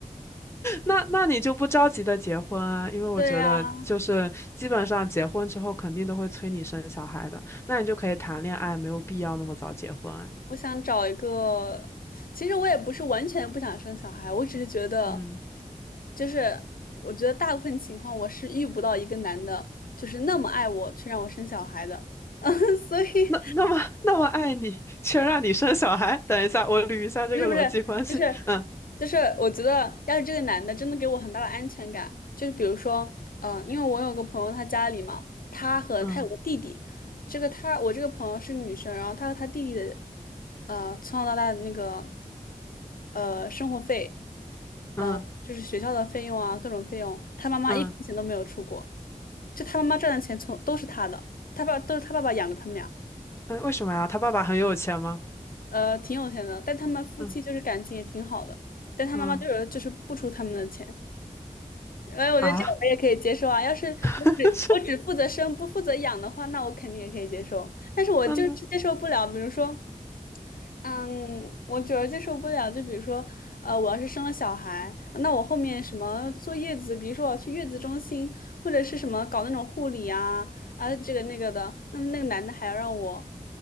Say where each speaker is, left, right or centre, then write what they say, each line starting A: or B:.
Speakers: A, on the left (about 20°); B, on the left (about 80°).
A: 那那你就不着急的结婚啊，因为我觉得就是基本上结婚之后肯定都会催你生小孩的，
B: <laughs> 对呀，
A: 那你就可以谈恋爱，没有必要那么早结婚啊。
B: 我想找一个。其实我也不是完全不想生小孩，我只是觉得，
A: 嗯，
B: 就是我觉得大部分情况我是遇不到一个男的，就是那么爱我，去让我生小孩的。<laughs> 所以
A: 那那么那么爱你，却让你生小孩。等一下，我捋一下这个逻辑关系。
B: 不是不是，就是
A: 嗯
B: 就是，我觉得要是这个男的真的给我很大的安全感，就是比如说，嗯，因为我有个朋友，他家里嘛，他和他有个弟弟，
A: 嗯
B: 这个他我这个朋友是个女生，然后他和他弟弟的，呃，从小到大的那个，呃，生活费，
A: 嗯
B: 呃，就是学校的费用啊，各种费用，他妈妈一分钱都没有出过，
A: 嗯
B: 就他妈妈赚的钱从都是他的，他爸都是他爸爸养着他们俩。
A: 嗯，为什么呀？他爸爸很有钱吗？
B: 呃，挺有钱的，但他们夫妻就是感情也挺好的，
A: 嗯
B: 但他妈妈就是就是不出他们的钱，
A: 嗯
B: 哎，我觉得这个我也可以接受啊。
A: 啊，
B: 要是我只我只负责生不负责养的话，
A: <laughs> 是
B: 那我肯定也可以接受，但是我就是接受不了，
A: 嗯
B: 比如说，嗯，我主要接受不了，就比如说，呃，我要是生了小孩，那我后面什么坐月子，比如说我要去月子中心，或者是什么搞那种护理啊啊这个那个的，那那个男的还要让我